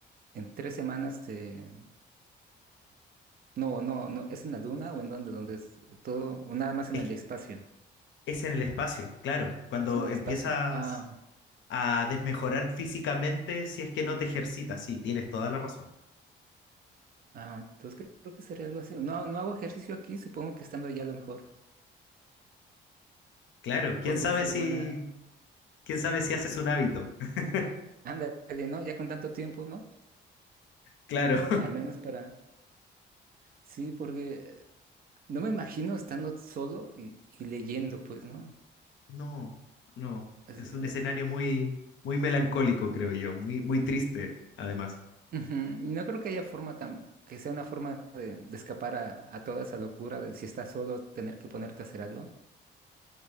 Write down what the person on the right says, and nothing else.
en tres semanas te... No, no, no, ¿es en la luna o en dónde? ¿Dónde es todo? O nada más en
el espacio.
Es en el
espacio. Ah,
ah, entonces que- creo que sería algo así. No, no hago ejercicio aquí, supongo que estando allá a lo mejor
podría
ser
buena.
Ándale, ¿no? Ya con tanto tiempo, ¿no?
Al menos para... Sí, porque eh, no me imagino estando solo y, y leyendo, pues, ¿no?
Es-
Ujú, y No creo que haya forma tan, que sea una forma de, de escapar a, a toda esa locura de si estás solo tener que ponerte a hacer algo.